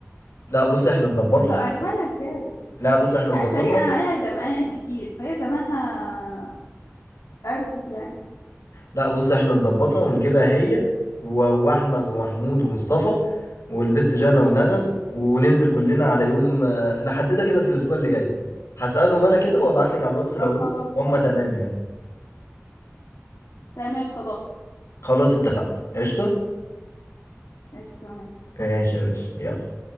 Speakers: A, on the left; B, on the left.
A: لا بص احنا نظبطها
B: اصل لو عجبانها ازاي
A: لا بص احنا نظبطها
B: لا الطريقه انا عليها زمان كتير فهي زمانها عرفت يعني
A: لا بص احنا نظبطها ونجيبها هي و- واحمد ومحمود ومصطفى والبت جانا ونغم وننزل كلنا على يوم آه، نحددها كده في الاسبوع اللي جاي هسألهم انا كده وابعت لك على الواتس لو
B: اه
A: ايه
B: خلاص
A: هم
B: تمام
A: تمام يعني
B: تمام خلاص
A: خلاص اتفقنا قشطة
B: ماشي تمام
A: ماشي يا باشا يلا